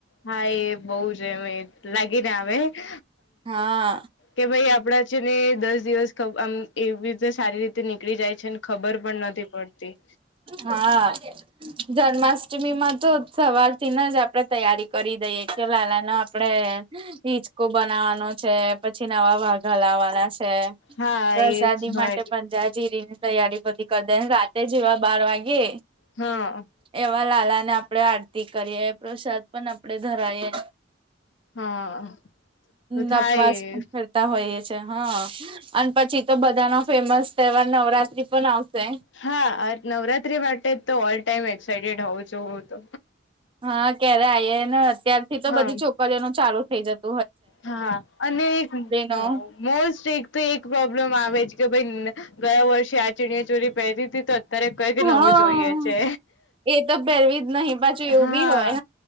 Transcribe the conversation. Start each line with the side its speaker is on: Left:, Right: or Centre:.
Left: હા એ બહ જ એમ લાગીને હ
Right: હા
Left: કે ભાઈ આપડા છે ને દસ દિવસ આમ એવીીતે સારી રીતે નીકળી જાય છે ખબર પણ નથી પડતી
Right: હા આ જન્માષ્ટમી માં તો સવારથી જ આપણે તૈયારી કરી દઈએ લાલા ન આપડે હિચકો બનાવાનો છે પછી નવા વાઘા લાવાના છે
Left: હા
Right: પ્રસાદી
Left: એજ હોય
Right: માટે પંજાજીરી તૈયારી બધી કરી દેને રાતે જેવા બાર વાગે
Left: હહહ
Right: એવા લાલા ને આપણે આરતી કરીએ પ્રસાદ પણ આપણેે ધરાવીએ
Left: હા તો થાય
Right: નપવાસ પણ <inaudible> <unintelligible> હોઈએ છે હા અને પછી તો બધા ન ફેમસ તહેવાર નવરાત્રી પણ આવશે
Left: હા નવરાત્રી માટે તો ઓલ ટાઈમ એક્સાઈટેડ હોઉં છું હ તો
Right: હા ક્યારે આઈ ને અત્યારથી તો
Left: હા
Right: બધી છોકરીઓ ન ચાલુ થઈ જતી
Left: હા અને હ
Right: નું
Left: મોસ્ટ એક તો એક પ્રોબ્લેમ આવે છે કે <unintelligible> ભાઈ ગયા વર્ષે આ ચણિયાચોળી પહેરી હતી તો ત્યારે કઈક નવું
Right: હા
Left: જોઈએ છે
Right: એ તો પહેરવી જ નહી પાછું એવું
Left: હા
Right: બી હોય